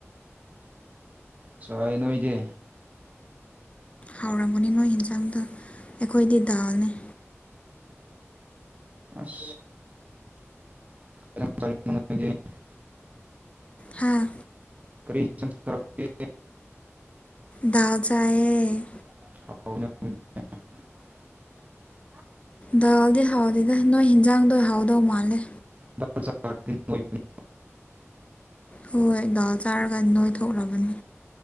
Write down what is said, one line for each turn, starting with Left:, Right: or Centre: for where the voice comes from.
Right: ꯆꯥꯏ ꯅꯣꯏꯗꯤ
Left: ꯍꯥꯎꯔꯝꯒꯅꯤ ꯅꯣꯏꯒꯤ ꯍꯤꯟꯖꯥꯡꯗ‌ꯣ ꯑꯩꯈꯣꯏꯗꯤ ꯗꯥꯜꯅꯦ
Right: ꯑꯁ <unintelligible>
Left: ꯍꯥꯥ
Right: ꯀꯔꯤ <inaudible>
Left: ꯗꯥꯜ ꯆꯥꯏꯌ‌ꯦ
Right: <inaudible>
Left: ꯗꯥꯜꯗꯤ ꯍꯥꯎꯗꯦꯗ ꯅꯣꯏ ꯍꯤꯟꯖꯥꯡꯗꯣ ꯍꯥꯎꯗꯧ ꯃꯥꯜꯂꯦ
Right: <inaudible>
Left: ꯍꯣꯏ ꯗꯥꯜ ꯆꯥꯔꯒ ꯅꯣꯏ ꯊꯣꯛꯔꯕꯅꯤ